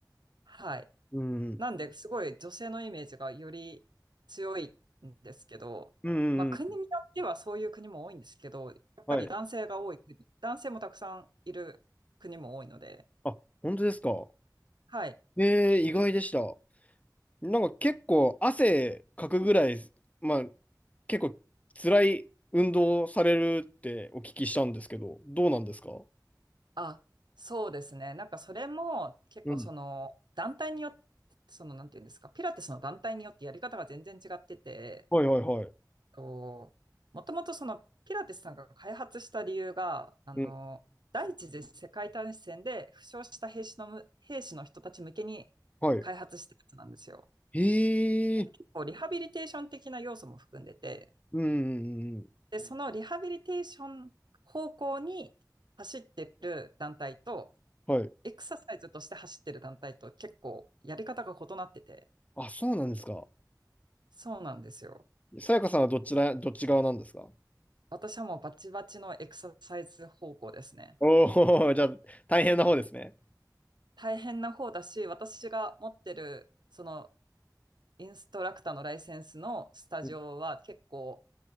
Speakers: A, on the right (about 85°); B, on the left (about 20°).
A: はい。
B: うん、うん、
A: なんですごい女性のイメージがより強いんですけど、
B: うん、
A: まあ国によってはそういう国も多いんですけど、
B: うん
A: やっぱり男性が多い国、
B: はい。
A: 男性もたくさんいる国も多いので、
B: あ、本当ですか
A: はい。
B: ねえー、意外でした。なんか結構汗かくぐらい、まあ、結構辛い運動をされるってお聞きしたんですけど、どうなんですか
A: あ、そうですね。なんかそれも結構その団体によって、
B: うん。
A: そのなんていうんですか、ピラティスの団体によってやり方が全然違ってて、
B: はいはいはい。
A: ともともとそのピラティスさんが開発した理由が、あの、
B: うん。
A: 第一次世界大戦で負傷した兵士のむ、兵士の人たち向けに開発したやつなんですよ。
B: はい。へえ。
A: 結構リハビリテーション的な要素も含んでて、
B: うんうんうん
A: で、そのリハビリテーション方向に走ってる団体と、
B: うん。はい。
A: エクササイズとして走ってる団体と結構やり方が異なってて、
B: あ、そうなんですか。
A: そうなんですよ。
B: さやかさんはどちら、どっち側なんですか
A: 私はもうバチバチのエクササイズ方向ですね。
B: おおー、<laughs> じゃあ大変な方ですね。
A: 大変な方だし、私が持ってる、その、インストラクターのライセンスのスタジオは結構、
B: うん